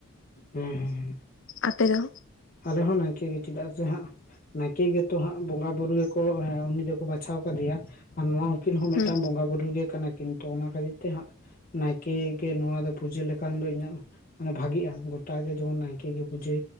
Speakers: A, on the left; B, on the left.
A: ᱦᱮᱸ
B: ᱟᱯᱮ ᱫᱚ
A: ᱟᱞᱮ ᱦᱚᱸ ᱱᱟᱭᱠᱮ ᱜᱮ ᱪᱮᱫᱟᱜ ᱥᱮ ᱦᱟᱸᱜ ᱱᱟᱭᱠᱮ ᱜᱮᱛᱚ ᱦᱟᱸᱜ ᱵᱚᱸᱜᱟ ᱵᱩᱨᱩ ᱜᱮᱠᱚ ᱵᱟᱪᱷᱟᱣ ᱠᱟᱫᱮᱭᱟ ᱟᱨ ᱱᱚᱣᱟ ᱩᱠᱤᱱ ᱦᱚᱸ ᱢᱤᱫᱴᱟᱝ
B: ᱦᱮᱸ
A: ᱵᱚᱸᱜᱟ ᱵᱩᱨᱩ ᱜᱮ ᱠᱟᱱᱟ ᱠᱤᱱᱛᱩ ᱚᱱᱟ ᱠᱷᱟᱹᱛᱤᱨ ᱛᱮ ᱦᱟᱸᱜ ᱱᱟᱭᱠᱮ ᱜᱮ ᱱᱚᱣᱟ ᱫᱚ ᱯᱩᱡᱟᱹ ᱞᱮᱠᱷᱟᱱ ᱫᱚ ᱤᱧᱟᱹᱜ ᱢᱟᱱᱮ ᱵᱷᱟᱜᱤᱜᱼᱟ ᱜᱚᱴᱟᱜ ᱜᱮ ᱡᱮᱢᱚᱱ ᱱᱟᱭᱠᱮ ᱜᱮ ᱯᱩᱡᱟᱹ